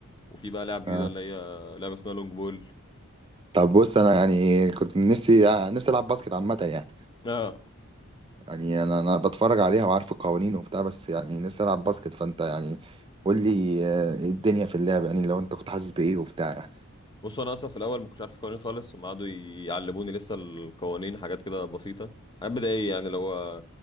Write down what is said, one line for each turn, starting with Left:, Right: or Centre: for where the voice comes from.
Left: وفي بقى لعب جديده
Right: آه.
Left: اللي هي لعبه اسمها لونج بول
Right: طب بص انا يعني كنت نفسي آه، نفسي العب باسكت عامة يعني
Left: اه
Right: يعني انا انا بتفرج عليها وعارف القوانين وبتاع بس يعني نفسي العب باسكت فانت يعني قول لي آه، الدنيا في اللعب يعني لو انت كنت حاسس بايه وبتاع يعني
Left: بص انا اصلا في الاول ما كنتش عارف قوانين خالص هم قعدوا يعلموني لسه القوانين حاجات كده بسيطه حاجات بدائيه يعني اللي هو